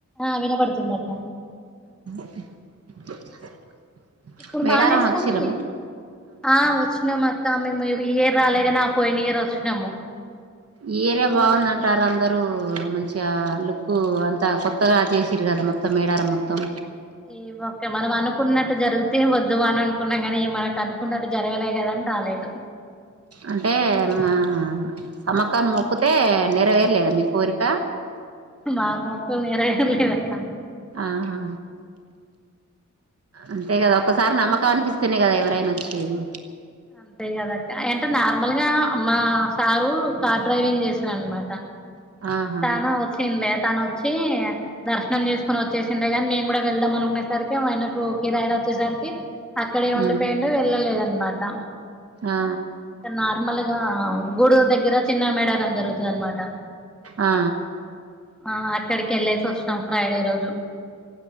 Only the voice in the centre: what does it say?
ఆ వినపడుతుందక్క
ఇప్పుడు
మాల వేసుకుని
ఆ వచ్చినమ్ అక్క మేము. ఈ ఇయర్ రాలేగాని ఆ పోయిన ఇయర్ వచ్చినము.
ఏమో అక్క మనం అనుకున్నట్టు జరిగితే వద్దుమ అని అనుకున్నాం కాని మనకు అనుకున్నట్టు జరగలే కదా అని రాలేదు
మాకు మొక్కు నెరవేరలేదు అక్క
ఏ
అంతే కదక్క అంటే నార్మల్గా మా సారు కార్ డ్రైవింగ్ చేస్తరన్మాట
తాను వచ్చింది లే తను వచ్చి దర్శనం చేసుకుని వచ్చేసిండే గానీ మేము కూడా వెళ్దాం అనుకునేసరికి ఆయనకు కిరాయిలు వచ్చేసరికి అక్కడే ఉండిపోయిండు
వెళ్ళలేదన్మాట్
ఇక్కడ్ నార్మల్ గా గూడూర్ దగ్గర చిన్న మేడారం జరుగుతది అన్మాట.
ఆ అక్కడికి వెళ్ళేసి వచ్చినం ఫ్రైడే రోజు.